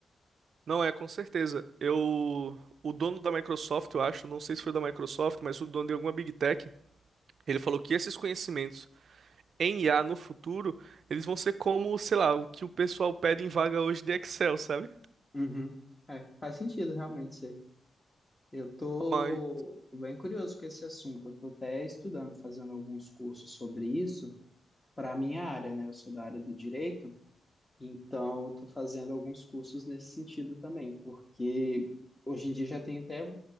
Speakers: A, on the right; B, on the left.
A: Não é, com certeza. Eu, o dono da Microsoft, eu acho, não sei se foi da Microsoft, mas o dono de alguma Big Tech, ele falou que esses conhecimentos em IA no futuro, eles vão ser como, sei lá, o que o pessoal pede em vaga hoje de Excel, sabe?
B: Uhum. É, faz sentido realmente Eu tô,
A: Mas,
B: tô bem curioso com esse assunto. Eu tô até estudando, fazendo alguns cursos sobre isso para a minha área, né? Eu sou da área do direito, então eu tô fazendo alguns cursos nesse sentido também, porque hoje em dia já tem até